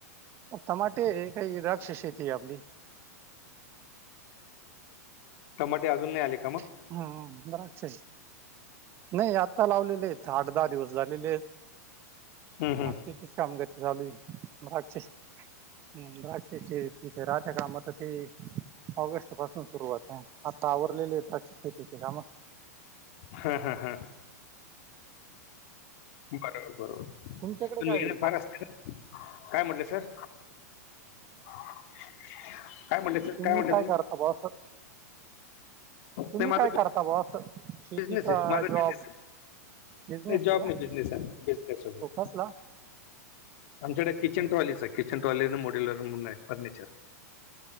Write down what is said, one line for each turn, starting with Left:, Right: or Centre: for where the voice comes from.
Right: टमाटे आहे का द्राक्ष शेती आहे आपली.
Left: टमाटे अजून नाही आले का मग?
Right: हा द्राक्षची नाही आता लावलेले आहेत आठ -दहा दिवस झालं. लावलेले आहेत
Left: हम्म, हम्म.
Right: मातीचेच काम करते चालू आहे. द्राक्षे हुं.. द्राक्षाची. तिचे राहत्या कामतचे ऑगस्ट पासून सुरुवात आहे, आता उरलेले आहे द्राक्ष शेतीची कामं.
Left: हा, हा, हा. बरोबर, बरोबर.
Right: तुमच्याकडे काय
Left: मेहनत फार असती ना, काय म्हटला सर? <inaudible>
Right: तुम्हीं
Left: म्हटलं
Right: काय
Left: तुम्ही
Right: करता बॉस, तुम्ही
Left: नाही माझं
Right: काय करता बॉस? शेती
Left: बिझनेस
Right: का
Left: आहे, माझा
Right: जॉब
Left: बिझनेस आहे.
Right: बिझनेस
Left: हे जॉब
Right: आहे का
Left: नाही, बिजनेस आहे बिजनेस हे हो.
Right: तो कसला
Left: आमच्याकडे किचन
Right: हो
Left: ट्रॉलीच आहे, किचन ट्रॉली मॉड्युलर म्हणून आहे फर्निचर.